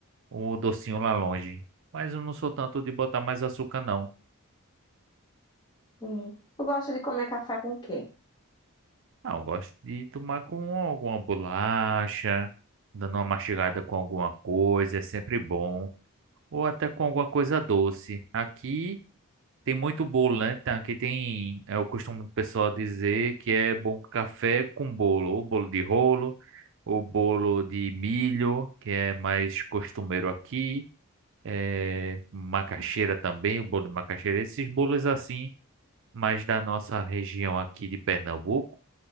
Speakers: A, on the right; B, on the left.
A: o docinho lá longe. Mas eu não sou tanto de botar mais açúcar, não.
B: sim. Eu gosto de comer café com o quê?
A: Ah, eu gosto de tomar com alguma bolacha, dando uma mastigada com alguma coisa, é sempre bom. Ou até com alguma coisa doce. Aqui tem muito bolo, né? Tá, Aqui tem, é o costume do pessoal dizer que é bom café com bolo, ou bolo de rolo, ou bolo de milho, que é mais costumeiro aqui. É, macaxeira também, o bolo de macaxeira, esses bolos assim mas da nossa região aqui de Pernambuco,